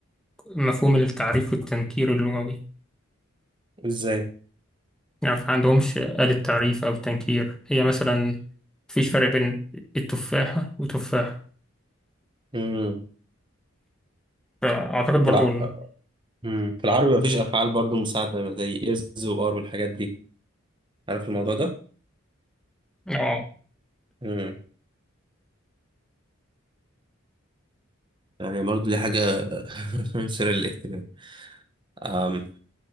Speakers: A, in the centre; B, on the right.
A: مفهوم التعريف والتنكير اللغوي
B: ازاي
A: يعني ما عندهمش آلة تعريف أو تنكير هي مثلا مفيش فرق بين التفاحة وتفاحة
B: امم
A: فأعتقد برضو
B: في الع...
A: ال-
B: مم. في العربي مفيش افعال برضه مساعدة زي از وار والحاجات دي عارف الموضوع
A: آه
B: ده؟ يعني برضو دي حاجة <laughs> مثيرة للاهتمام أم،